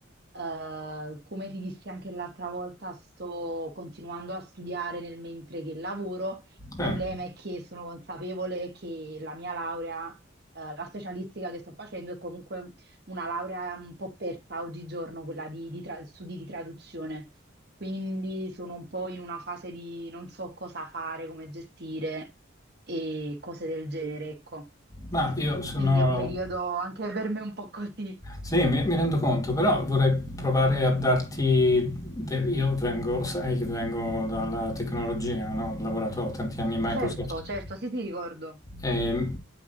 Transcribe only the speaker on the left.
Eh,
ma io sono...
Sì, mi, mi rendo conto, però vorrei provare a darti... de- Io vengo, sai che vengo dalla tecnologia, no? Ho lavorato tanti anni in Microsoft.
Ehm,